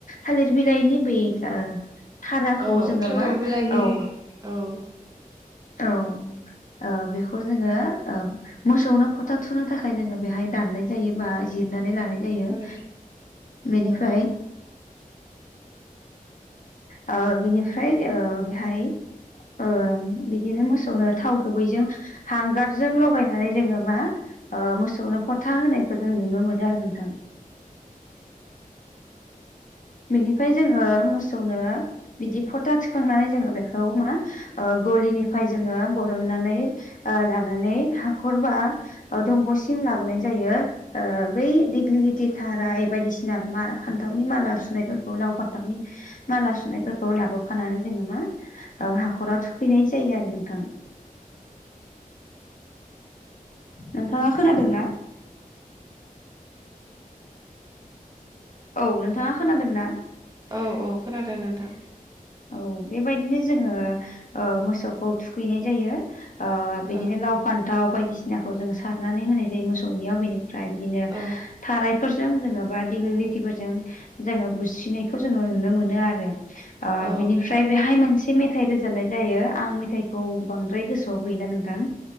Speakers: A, on the left (about 60°); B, on the right (about 25°).
A: थालिर बिलाइनि बे ओ धाराखौ
B: औ
A: जोङो
B: थालिर
A: मा
B: बिलाइनि
A: औ
B: औ
A: औ ओ बेखौ जोङो मोसौनो फोथा थुनो थाखाय जोङो बेहाय दाननाय जायो बा जिरनानै लानाय जायो
B: औ
A: बेनिफ्राय
B: औ <inaudible>
A: ओ बिनिफ्राय बेहाय ओ बिदिनो मोसौनो थाव गुबैजों हांगारजों लगायनानै जोङो मा ओ मोसौनो फथा होनायखौ जों नुनो मोनो आरो नोंथां बेनिफ्राय जोङो मोसौनो बिदि फथा थुखांनानै जोङो बेखौ मा ओ गलिनिफ्राय जोङो बरननानै ओ लानानै हाखरबा ओ दंग'सिम लाबोनाय जायो। ओ बै दिग्लिथिथाराय बायदिसिना मा फान्थावनि माला सुनायफोरखौ लाव, फान्थावनि माला सुनायफोरखौ लाबोफानानै जोङो मा ओ हाखराव थुखैनाय जायो आरो नोंथां। नोंथाङा खोनादों ना औ नोंथाङा खोनादों ना?
B: औ औ खोनादों नोंथां।
A: औ बेबायदिनो जोङो ओ मोसौखौ थुखैनाय जायो। ओ बिदिनो
B: औ
A: लाव, फान्थाव बायदिसिनाखौ जोंङो सारनानै होनाय जायो मोसौनियाव बेनि फ्राय बिदिनो
B: औ
A: थारायफोरजों जोङो बा दिग्लि लथिफोरजों जोङो बुस्रिनायखौ जोङो नुनो मोनो आरो ओ
B: औ
A: बिनिफ्राय बेहाय मोनसे मे मेथाइ रोजाबनाय जायो आं मेथाइखौ बांद्राय गोसोआव गैला नोंथां